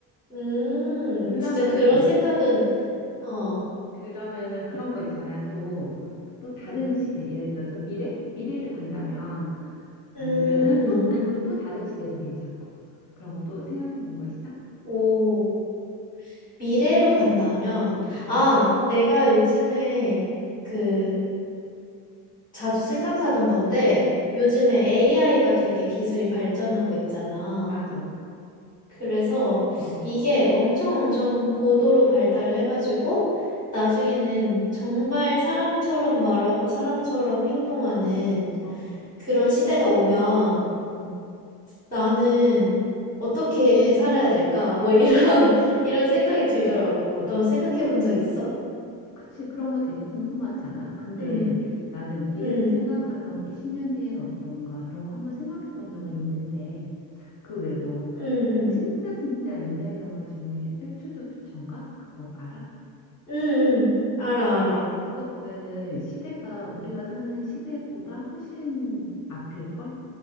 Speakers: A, on the left; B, on the left.
A: 음,
B: 그러면은
A: 진짜 그런 생각은, 어,
B: 그러면은 그런 거 있잖아. 또 막 또 다른 시대, 예를 들어서 미래, 미래를 간다면
A: 음,
B: 아니면은 또 아니면 또 다른 시대도 괜찮고 그런 거 또 생각해 본 거 있어?
A: 오. 미래로 간다면,
B: 어,
A: 아, 내가 요즘에 그 자주 생각하던 건데, 요즘에 AI가 되게 기술이 발전하고 있잖아.
B: 맞아.
A: 그래서
B: 어,
A: 이게 엄청 엄청 고도로 발달을 해가지고, 나중에는 정말 사람처럼 말하고 사람처럼 행동하는
B: 어,
A: 그런 시대가 오면
B: 응.
A: 나는 어떻게 살아야 될까? 뭐 이런, <laughs> 이런 생각이 들더라고. 너 생각해 본 적 있어?
B: 그치. 그런 거 되게 궁금하지 않아? 근데
A: 응.
B: 나는 미래를
A: 응,
B: 생각하면 20년 뒤엔 어떤가 이런 거 한번 생각해 본 적은 있는데 그 외에도
A: 응, 응,
B: 진짜 진짜 옛날 영화 중에 백투더 퓨처인가? 그거 알아?
A: 응, 응, 알아, 알아.
B: 그거 보면은 시대가 우리가 사는 시대보다 훨씬 앞일걸?